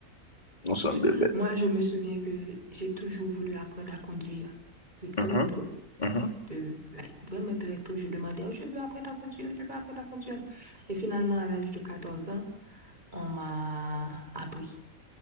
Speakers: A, on the left; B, on the right.
A: Nous sommes
B: Et
A: des bêtes.
B: Moi, je me souviens que j'ai toujours voulu apprendre à conduire de très
A: Mhm,
B: tôt.
A: mhm,
B: De, like, vraiment très tôt, je demandais, Oh, je veux apprendre à conduire, je veux apprendre à conduire. Et finalement, à l'âge de 14 ans, on m'a appris.